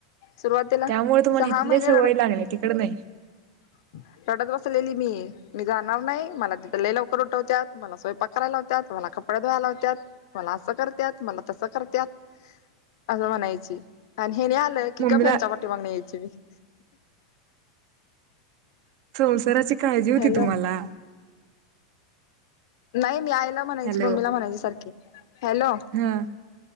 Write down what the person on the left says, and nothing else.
सुरुवातीला
सहा
महिने
रडत
रडत बसलेली मी मी जाणार नाही मला तिथ लइ लवकर उठवत्यात मला सैयपाक कराय लावत्यात मला कपडे धुवायला लावत्यात मला असं करत्यात मला तसं करत्यात
असं म्हणायची आणि हे नि आलं की
गप ह्यांच्या पाठी मागण यायची मी <unintelligible>
हॅलो
नाही मी आईला म्हणायची
मम्मीला म्हणायची सारखी हॅलो